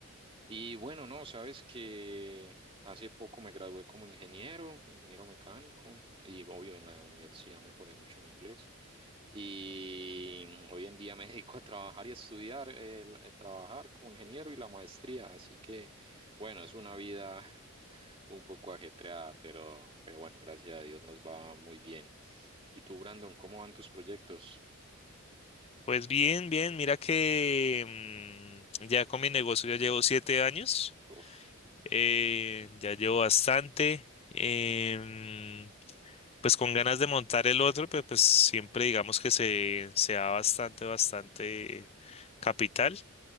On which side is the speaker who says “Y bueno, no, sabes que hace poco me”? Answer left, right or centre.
Right